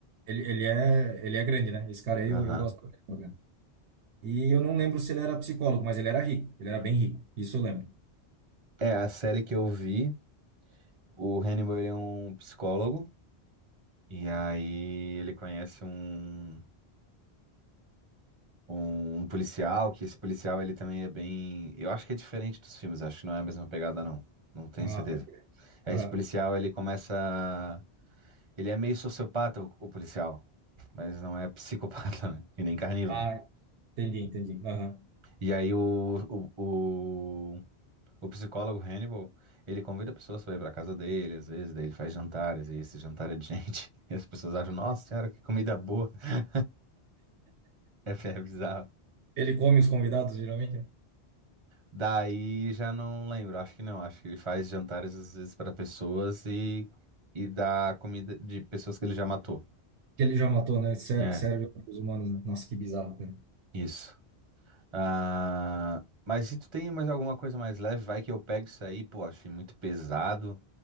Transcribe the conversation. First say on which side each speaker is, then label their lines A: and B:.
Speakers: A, on the right; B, on the right.
A: ele, ele é, ele é grande, né? Esse cara aí
B: Aham.
A: eu, eu gosto pra caramba, cara. E eu não lembro se ele era psicólogo, mas ele era rico. Ele era bem rico. Isso eu lembro.
B: É, a série que eu vi, o Hannibal ele é um psicólogo. E aí ele conhece um, um, um policial, que esse policial ele também é bem. Eu acho que é diferente dos filmes, acho que não é a mesma pegada, não. Não tenho
A: Ah,
B: certeza.
A: pode crer.
B: É,
A: Aham.
B: esse policial ele começa. Ele é meio sociopata, o, o policial. Mas não é psicopata, né? E nem carnívoro.
A: Ah, entendi, entendi. Aham.
B: E aí o, o, O psicólogo Hannibal, ele convida pessoas para ir para casa dele, às vezes, daí ele faz jantares, e esse jantar é de gente. <laughs> E as pessoas acham, nossa senhora, que comida boa. <laughs> É, é bizarro.
A: Ele come os convidados, geralmente, né?
B: Daí já não lembro, acho que não, acho que ele faz jantares às vezes para pessoas e, e dá comida de pessoas que ele já matou.
A: Que ele já matou, né? Serve,
B: É,
A: serve para os humanos, né? Nossa, que bizarro, cara.
B: isso. Ah, mas se tu tem mais alguma coisa mais leve, vai que eu pego isso aí, pô, achei muito pesado.